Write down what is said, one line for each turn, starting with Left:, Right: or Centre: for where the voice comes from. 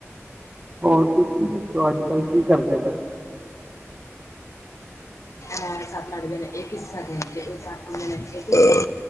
Right: ਹੋਰ ਤੁਸੀ ਦੱਸੋ ਅੱਜ ਕੱਲ ਕੀ ਕਰਦੇ ਪਏ।
Left: ਐ ਸਤ-ਅੱਠ ਜਨੇ ਇੱਕ ਹਿੱਸਾ ਦੇਨਗੇ ਸਾਨੂੰ <inaudible>